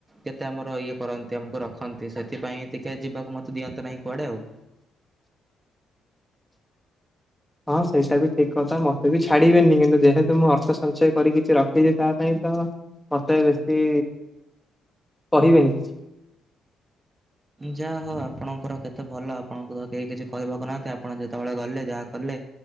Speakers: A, on the right (about 25°); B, in the centre.
A: କେତେ ଆମର ଇଏ କରନ୍ତି ଆମକୁ ରଖନ୍ତି ସେଥିପାଇଁ ଟିକେ ଯିବାକୁ ମତେ ଦିଅନ୍ତୁ ନାହିଁ କୁଆଡେ ଆଉ।
B: ହଁ ସେଇଟା ବି ଠିକ କଥା ମତେ ବି ଛାଡିବେନି କିନ୍ତୁ ଯେହେତୁ ମୁଁ ଅର୍ଥ ସଞ୍ଚୟ କରି କିଛି ରଖିଛି ତା ପାଇଁ ତ ମତେ ବେଶୀ କହିବେନି କିଛି।
A: ଯାହା ହଉ ଆପଣଙ୍କର କେତେ ଭଲ ଆପଣଙ୍କୁ ତ କେହି କିଛି କହିବାକୁ ନାହାନ୍ତି ଆପଣ ଯେତେବେଳେ ଗଲେ ଯାହା କଲେ